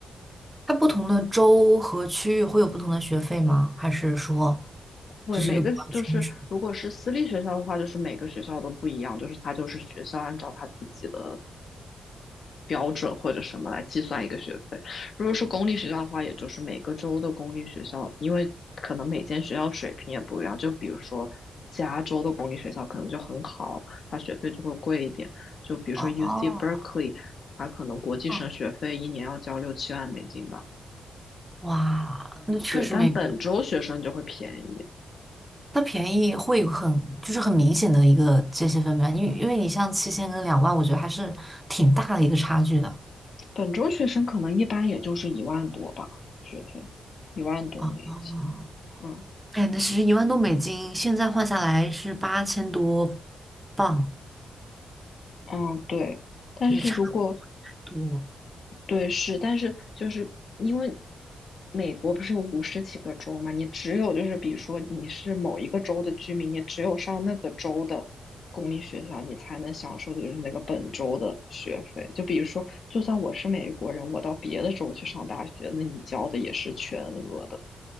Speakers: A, on the right (about 15°); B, on the left (about 60°).
A: 它不同的州和区域会有不同的学费吗？还是说
B: 会每个就是如果是私立学校的话，
A: 这是个比较均值？
B: 就是每个学校都不一样，就是它就是学校按照它自己的标准或者什么来计算一个学费。如果是公立学校的话，也就是每个州的公立学校，因为可能每间学校水平也不一样，就比如说加州的公立学校可能就很好，它学费就会贵一点。就比如说
A: 哦
B: UC Berkeley，它可能国际生学费一年要交六七万美金吧。
A: 哦，哇，那确实没有，
B: 对，但本州学生就会便宜。
A: 它便宜会有很就是很明显的一个界限分别，因为因为你像七千跟两万，我觉得还是挺大的一个差距的
B: 本周学生可能一般也就是一万多吧，学费一万多美金。
A: 啊。哦哦，
B: 嗯
A: 哎，那其实一万多美金现在换下来是八千多镑，
B: 嗯，对。但是如果
A: 也差不多。
B: 对是，但是就是因为美国不是有五十几个州嘛，你只有就是比如说你是某一个州的居民，你只有上那个州的公立学校，你才能享受就是那个本州的学费。就比如说，就算我是美国人，我到别的州去上大学，那你交的也是全额的